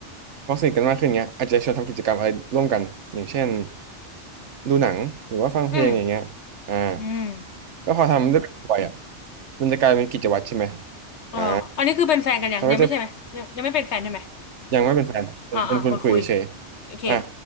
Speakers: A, on the right; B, on the left.
A: พอสนิทกันมากขึ้นเงี้ยอาจจะชวนทำกิจกรรมอะไรร่วมกันอย่างเช่นดูหนังหรือว่าฟังเพลงอย่างเงี้ยอ่า
B: อืมอืม
A: ก็พอทำด้วยกันบ่อยอ่ะมันจะกลายเป็นกิจวัตรใช่ไหม
B: อ๋ออันนี้คือเป็นแฟนกันยังยังไม่ใช่ไหมยังยังไม่เป็นแฟนใช่ไหม
A: อ่าเขาก็จะยังไม่เป็นแฟนเป็นเป็นคุณคุยเฉยๆอ่า
B: อ่าอ่าคนคุยโอเค